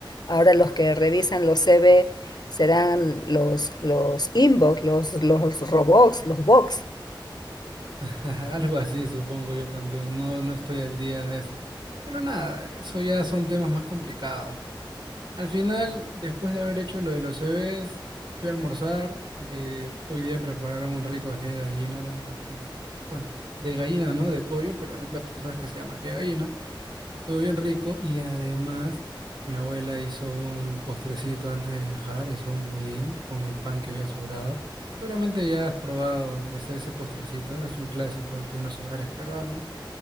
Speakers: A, on the left; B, on the right.
A: ahora los que revisan los CV serán los, los inbox, los, los robots, los box.
B: <laughs> Algo así, supongo yo también. No, no estoy al día de eso. Pero nada, eso ya son temas más complicados. Al final, después de haber hecho lo de los CVs, fui a almorzar. eh, hoy día prepararon un rico ají de gallina, la verdad que me encantó. Bueno, de gallina, ¿no? De pollo, pero el plato tú sabes que se llama ají de gallina. Estuvo bien rico y además mi abuela hizo un postrecito antes de viajar, hizo un budín con el pan que había sobrado. Seguramente ya has probado ese, ese postrecito, es un clásico aquí en los hogares peruanos.